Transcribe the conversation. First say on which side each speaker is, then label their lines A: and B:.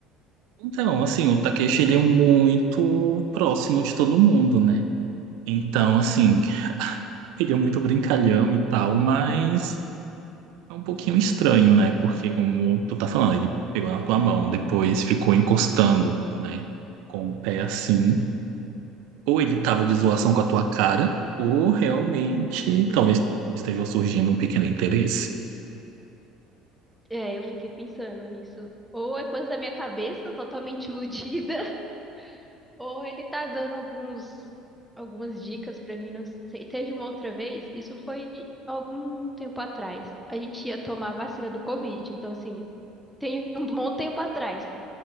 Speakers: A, on the right; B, in the centre.
A: Então, assim, o Takeshi, ele é muito próximo de todo mundo, né? Então, assim,
B: Uhum.
A: <laughs> ele é muito brincalhão e tal, mas. É um pouquinho estranho, né? Porque, como tu tá falando, ele pegou na tua mão, depois ficou encostando, né? Com o pé assim. Ou ele tava de zoação com a tua cara, ou realmente talvez esteja surgindo um pequeno interesse.
B: É, eu fiquei pensando nisso. Ou é coisa da minha cabeça, totalmente iludida, <laughs> ou ele tá dando alguns, algumas dicas pra mim, não sei. Teve uma outra vez, isso foi algum tempo atrás. A gente ia tomar a vacina do Covid, então assim, tem <laughs> um bom tempo atrás.